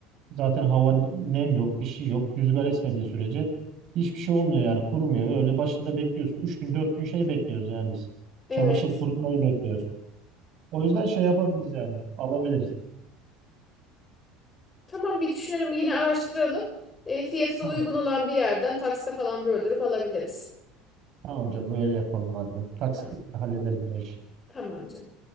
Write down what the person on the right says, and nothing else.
zaten hava ne- nem yok, bir şey yok. Rüzgar esmediği sürece hiçbir şey olmuyor yani. Kurumuyor. Öyle başında bekliyorsun. Üç gün, dört gün şey bekliyoruz yani biz.
Çamaşır kurutmayı bekliyoruz. O yüzden şey yapabiliriz yani. Alabiliriz.
Tamam.
Tamam canım öyle yapalım madem. Taksitle
hallederiz bu işi.